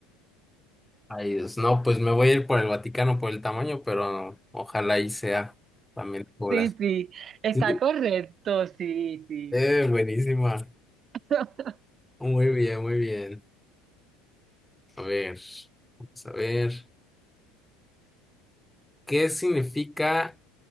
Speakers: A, in the centre; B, on the right.
A: Ay, Dios, no, pues me voy a ir por el Vaticano por el tamaño, pero ojalá y sea también población.
B: Sí, sí, está
A: Sí.
B: correcto, sí, sí.
A: Eh, buenísima.
B: <laughs>
A: Muy bien, muy bien. A ver, vamos a ver. ¿Qué significa